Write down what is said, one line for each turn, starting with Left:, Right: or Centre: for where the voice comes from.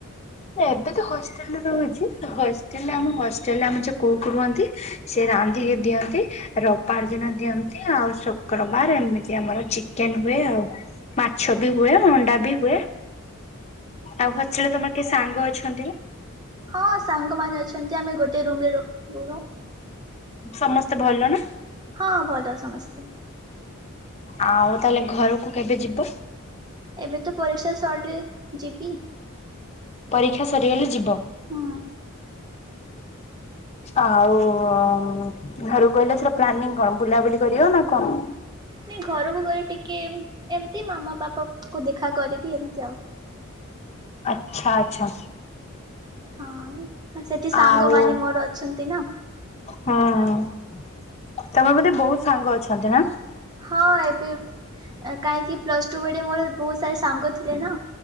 Left: ଏବେ ତ ହଷ୍ଟେଲରେ ରହୁଛି ତ ହଷ୍ଟେଲରେ ଆମ ହଷ୍ଟେଲରେ ଆମର ଯଉ କୋଉ ରୁହନ୍ତି ସେ ରାନ୍ଧିକି ଦିଅନ୍ତି। ରବବାର ଦିନ ଦିଅନ୍ତି ଆଉ ଶୁକ୍ରବାର ଏମିତି ଆମର ଚିକେନ ହୁଏ ଆଉ। ମାଛ ବି ହୁଏ ଅଣ୍ଡା ବି ହୁଏ। ଆଉ ହଷ୍ଟେଲରେ ତମର କିଏ ସାଙ୍ଗ ଅଛନ୍ତି ନା?
Right: ହଁ ସାଙ୍ଗମାନେ ଅଛନ୍ତି ଆମେ ଗୋଟିଏ ରୁମରେ ରହୁ ରୁ ରୋ
Left: ସମସ୍ତେ ଭଲ ନା?
Right: ହଁ ଭଲ ସମସ୍ତେ।
Left: ଆଁଉ ତାହାଲେ ଘରକୁ କେବେ ଯିବ?
Right: ଏବେ ତ ପରୀକ୍ଷା ସରିଲେ ଯିବି।
Left: ପରୀକ୍ଷା ସରିଗଲେ ଯିବ?
Right: ହଁ।
Left: ଆଉ ଉ ଉ ଉ ଘରୁକୁ ଗଲେ ଏଥର ପ୍ଲାନିଂ କଣ ବୁଲାବୁଲି କରିବ ନା କଣ?
Right: ନାଇଁ ଘରକୁ ଗଲେ ଟିକେ ଏମତି ମାମା ପାପା କୁ ଦେଖା କରିବି ଏମତି ଆଉ।
Left: ଆଚ୍ଛା ଆଚ୍ଛା।
Right: ହଁ ଆଉ ସେଠି ସାଙ୍ଗ
Left: ଆଉ
Right: ମାନେ ମୋର ଅଛନ୍ତି ନା।
Left: ହଁ ହଁ ତମର ବୋଧେ ବହୁତ ସାଙ୍ଗ ଅଛନ୍ତି ନା?
Right: ହଁ ଏବେ ବ କାହିଁକି? ପ୍ଲସ୍ ଟୁ ବେଡ଼େ ମୋର ବହୁତ ସାରା ସାଙ୍ଗ ଥିଲେ ନା